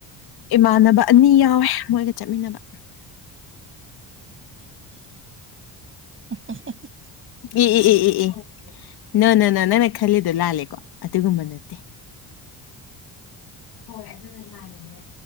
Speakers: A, on the left (about 65°); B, on the right (about 30°).
A: ꯏꯃꯥꯟꯅꯕ ꯑꯅꯤ ꯌꯥꯎꯋꯦ ꯃꯣꯏꯒ ꯆꯠꯃꯤꯟꯅꯕ
B: ꯍꯤ ꯍꯤ ꯍꯤ
A: ꯏ ꯏ ꯏ ꯏ ꯏ ꯅꯣ ꯅꯣ ꯅꯣ ꯅꯪꯅ ꯈꯜꯂꯤꯗꯣ ꯂꯥꯜꯂꯦꯀꯣ ꯑꯗꯨꯒꯨꯝꯕ ꯅꯠꯇꯦ
B: <inaudible>
A: ꯍꯣꯏ ꯑꯗꯨ ꯏꯃꯥꯟꯅꯕꯤꯅꯦ